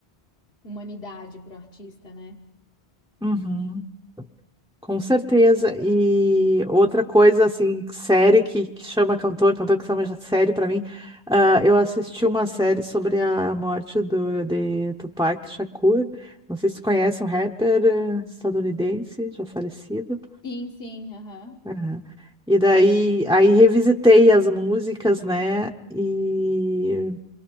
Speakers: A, on the left; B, in the centre.
A: humanidade pro artista, né?
B: Uhum. Com certeza. E outra coisa, assim, série que, que chama cantor, cantor que chama série pra mim, ah, eu assisti uma série sobre a morte do, de Tupac Shakur. Não sei se você conhece um rapper eh, estadunidense, já falecido.
A: Sim, sim, aham.
B: Aham. E daí, aí revisitei as músicas, né? e